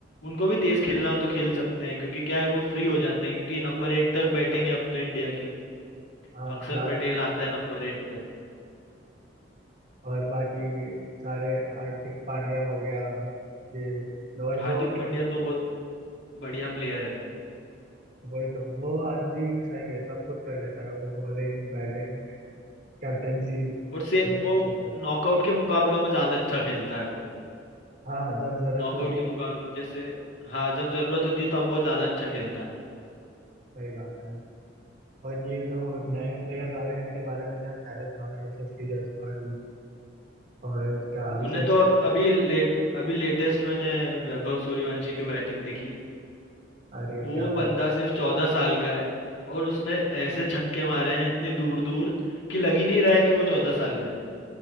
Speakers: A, on the left; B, on the right.
A: उनको भी तेज खेलना हो तो खेल सकते हैं क्योंकि क्या है वो फ्री हो जाते हैं क्योंकि नंबर एट तक बैटिंग है अब तो इंडिया की
B: हाँ
A: अक्षर
B: लास्ट
A: पटेल आता है नंबर एट पे
B: और बाकी सारे हार्दिक पांड्या हो गया ये और
A: हार्दिक
B: जो अपने
A: पांड्या तो बहुत बढ़िया प्लेयर है
B: वही तो वो आदमी सही है सब कुछ कर लेता है वो बॉलिंग बैटिंग कैप्टेंसी
A: और सेम
B: जब जरूरत
A: वो
B: पड़े
A: नॉकआउट के मुकाबलों में ज्यादा अच्छा खेलता है वो
B: हाँ जब जरूरत
A: नॉकआउट
B: होती
A: के
B: है
A: मुकाबले जैसे हाँ जब जरूरत होती है तब वो ज्यादा अच्छा खेलता है
B: सही बात है और ये जो नए प्लेयर्स आ रहे हैं इनके बारे में क्या ख्याल है तुम्हारा यशस्वी जायसवाल और इसका अभिषेक
A: मैंने तो
B: सर
A: अभी अभी लेट अभी लेटेस्ट मैंने वैभव सूर्यवंशी की बैटिंग देखी
B: अरे
A: वो
B: क्या बात
A: बंदा सिर्फ चौदह साल का है और उसने ऐसे छक्के मारे हैं इतनी दूर दूर कि लग ही नहीं रहा है कि वो चौदह साल का है